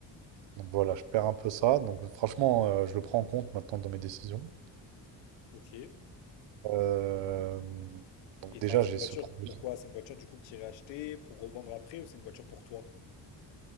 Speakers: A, on the right; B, on the left.
A: Donc voilà, je perds un peu ça. Donc franchement, euh, je le prends en compte maintenant dans mes décisions.
B: Ok.
A: Euh, donc
B: Et
A: déjà,
B: t'as cette
A: j'ai
B: voiture,
A: ce problème.
B: pourquoi? C'est une voiture du coup que tu irais acheter pour revendre après ou c'est une voiture pour toi?